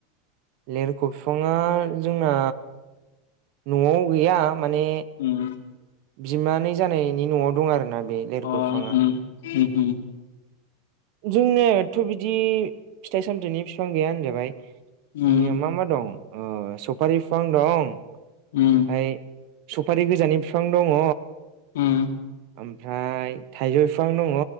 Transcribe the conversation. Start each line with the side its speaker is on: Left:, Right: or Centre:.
Right: लिरख' बिफाङा जोंना न'आवआव गैया माने
Left: उम
Right: बिमानै जानायनि न'आव दं आरोना बे लेरख'
Left: अ
Right: बिफाङा
Left: उम उम उम
Right: जोंनोथ' बिदि फिथाइ-सामथाइनि बिफां गैया होनजाबाय
Left: उम
Right: जोंनिया मा मा दं ओ सफारि बिफां दं।
Left: उम उम
Right: ओमफाय सुफारि गोजानि बिफां दङ।
Left: उम
Right: ओमफ्राय थाइजौ बिफां दङ